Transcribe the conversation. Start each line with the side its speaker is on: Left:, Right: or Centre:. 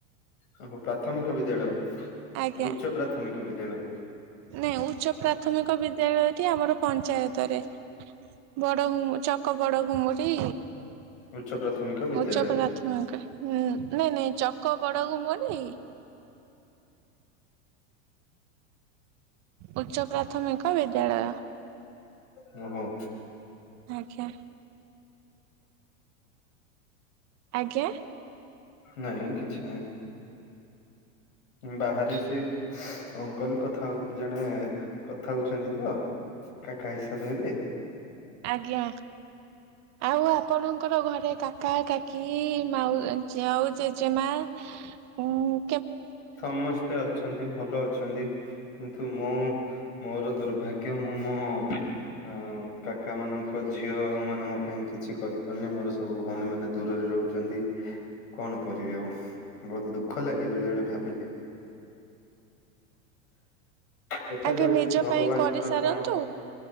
Left: ଓ ହୋ ପ୍ରାଥମିକ ବିଦ୍ୟାଳୟ
Right: ଆଜ୍ଞା।
Left: ଉଚ୍ଚ ପ୍ରାଥମିକ ବିଦ୍ୟାଳୟ।
Right: ନାଇଁ ଉଚ୍ଚ ପ୍ରାଥମିକ ବିଦ୍ୟାଳୟଟି ଆମର ପଞ୍ଚାୟତରେ। ବଡ ଘୁଂ ଚକ ବଡ ଘୁମୁରି
Left: <unintelligible> ପ୍ରାଥମିକ ବିଦ୍ୟାଳୟ।
Right: ଉଚ୍ଚ ପ୍ରାଥମିକ ଉଁ ନାଇଁ ନାଇଁ ଚକ ବଡ ଘୁମ ନାଇଂକି ଉଚ୍ଚ ପ୍ରାଥମିକ ବିଦ୍ୟାଳୟ।
Left: ହୁଁ ହୁଁ
Right: ଆଜ୍ଞା। ଆଜ୍ଞା।
Left: ନାହିଁ କିଛି ନାଇଁ। ବାହାରେ ସେ ସୁଁ ଅଙ୍କଲ କଥା ହଉଥିଲେ ଜଣେ କଥା ହଉଛନ୍ତି ତ, କା କା ହିସାବ ହେବେ
Right: ଆଜ୍ଞା ଆଉ ଆପଣଙ୍କର ଘରେ କାକା କାକି ମାଉ ଜେ ଆଉ ଜେଜେମା ଉଁ
Left: ସମସ୍ତେ ଅଛନ୍ତି ଭଲ ଅଛନ୍ତି କିନ୍ତୁ ମୁଁ ମୋର ଦୁର୍ଭାଗ୍ୟ ମୁଁ ମୋ ଉଁ କାକା ମାନଙ୍କ ଝିଅ ମାନ ପାଇଁ କିଛି କରିପାରୁନି ମୋର ସବୁ ଭଉଣୀ ମାନେ ଦୂରରେ ରହୁଛନ୍ତି, କଣ କରିବି ଆଉ। ବହୁତ ଦୁଃଖ ଲାଗେ ବେଳେ ବେଳେ ଭାବିଲେ। ଦେଖାଯାଉ
Right: ଆଗେ ନିଜ
Left: ଭଗବାନଙ୍କର
Right: ପାଇଁ କରିସାରନ୍ତୁ
Left: କଣ